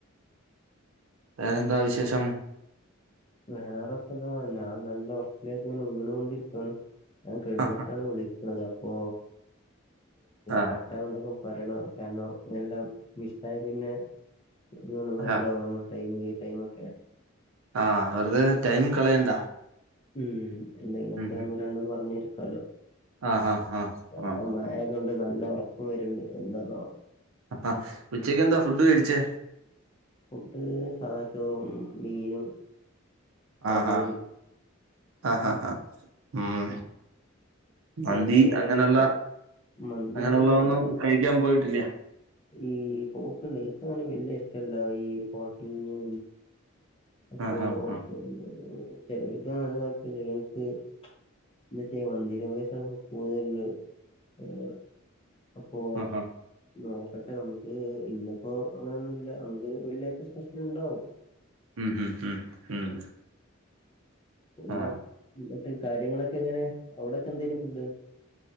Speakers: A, on the right; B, on the left.
A: വേറെന്താ വിശേഷം
B: വേറെപ്പ ഇതാ ഞാൻ നല്ല ഉറക്കിലേക്ക് ഇങ്ങനെ വീണ് കൊണ്ടിരിക്കുണ്. ഞാൻ കിടന്നിട്ടാണ്
A: ആ
B: വിളിക്കുന്നത് അപ്പോ
A: ആ
B: ക പറയണം കാരണംഎല്ലാം മിസ് ആയ പിന്നെ ഇങ്ങ് വെറുതാവും
A: ആ
B: നമ്മ ടൈം ഈ ടൈം ഒക്കെയേ
A: ആ വെറുതെ ടൈം കളയണ്ട.
B: ഉം എന്തെങ്കിലും ഒക്കെ
A: ഉം
B: ഒന്ന്
A: ഉം
B: രണ്ടും പറഞ്ഞിരിക്കാലോ
A: ആ ഹാ ഹാ
B: നല്ല
A: ആ
B: മ ങ്ങണ്ട് നല്ല ഉറക്കോ വരുണ്ട് എന്താനാവോ
A: ആഹഉച്ചയ്ക്ക് എന്താ ഫുഡ് കഴിച്ചേ?
B: ഫുഡ് സാദാച്ചോറും മീനും ക്യാബേജ്
A: ആഹ് ഹാ ആഹ ഹാ് ഹാ് ഉം
B: നിങ്ങൾക്കങ്ങനെ
A: മന്തി
B: ക്യാബേജ്
A: അങ്ങനെയുള്ള
B: മന്തിയൊന്നുമില്ല
A: അങ്ങനെയുള്ള ഒന്നും കഴിക്കാൻ പോയിട്ടില്ല?
B: ഈ പോക്കണ്ട് എനിക്കങ്ങനെ വല്യ ഇഷ്ടല്ല ഈ ഹോട്ടലന്ന് അപ്പൊ
A: ആ ഹാ
B: ഓട്ട
A: ഹാ
B: ചിലർക്ക നല്ലത ചിലർക്ക് <unintelligible> മന്തി ലവേഴ്‌സാണ്പ്പൊ കൂടുതലുള്ളത്. <unintelligible> അപ്പൊ
A: ആ ഹാ
B: ആഹ് പട്ടെ നമുക്ക് ഇന്നിപ്പോ അങ്ങന ഒന്നുമല്ല നമുക്ക് വെള്ളിയാഴ്ച സ്പെഷ്യൽ ഉണ്ടാവും
A: ഉം ഉം ഉം ഉം
B: എന്താ
A: ആ
B: എന്നിട്ട് കാര്യങ്ങളൊക്കെ എങ്ങനെ അവിടെക്കെ എന്തേയ്ന് ഫുഡ്.